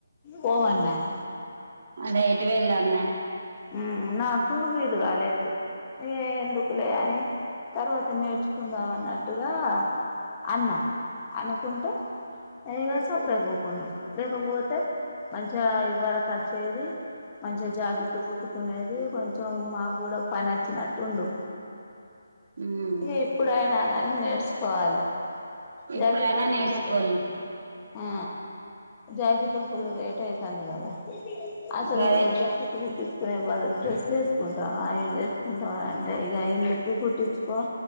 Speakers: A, on the left (about 25°); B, on the right (about 45°).
A: పోవాల్నాయే
B: అదే ఇటు వెళ్ళాన్నాయే
A: ఉమ్ నాకు వీలు కాలేదు ఏ ఎందుకులే అని తర్వాత నేర్చుకుందాం అన్నట్టుగా అన్నాం అనుకుంటే ఇగ సప్పుడేకకుకున్నాం లేకపోతే మంచిగా ఇవరకుఅచ్చేది మంచిగా జాకెట్లు కుట్టుకునేది కొంచెం మాకు కూడా పని అచ్చినట్టుండు
B: ఉమ్
A: ఏ ఎప్పుడయినా కాని నేర్సుకోవాలి
B: ఇప్పుడైనా
A: జాకెట్లకు
B: నేర్చుకోవాలి
A: ఫుల్లు రేటు ఆ జాకెట్లు ఫుల్ రేట్ అయితంది కదా అసలు
B: గదే
A: జాకెట్లు కుట్టి కునే బదులు డ్రెస్సులు ఏసుకుంటవ ఏం తెసుకుంటవు అని అంటే ఇగ ఎందుకు కుట్టించుకోం